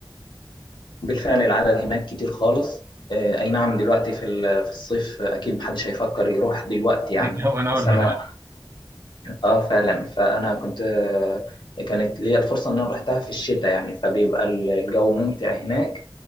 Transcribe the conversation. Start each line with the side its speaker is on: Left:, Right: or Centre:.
Left: بالفعل العدد هناك كتير خالص آه، أي نعم دلوقتي في ال- في الصيف آه، أكيد محدش هيفكر يروح دلوقتي يعني
Right: <laughs> هو نور
Left: بس
Right: دلوقتي
Left: أنا آه فعلا فأنا كنت آه، كانت ليا الفرصة إن أنا رحتها في الشتاء يعني فبيبقى الجو ممتع هناك